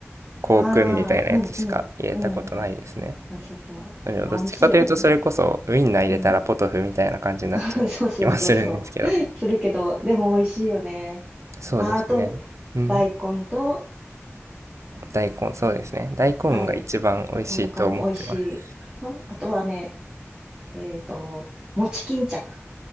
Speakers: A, on the right; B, on the right.
A: 香薫みたいなやつしか入れたことないですね。
B: あ、うん、うん、うん。そうそうそう。
A: でもどっちかというと、
B: あ、美味しいよね。
A: それこそウインナー入れたらポトフみたいな感じになっちゃう気はするんですけど。
B: うん。<laughs> そうそうそうそう。するけど、でも美味しいよね。
A: そうですね。
B: あ、あと、
A: うん、
B: 大根と、
A: 大根、そうですね。大根が一番美味しいと思ってます。
B: はい。大根美味しい。あと、あとはね、えっと、餅巾着。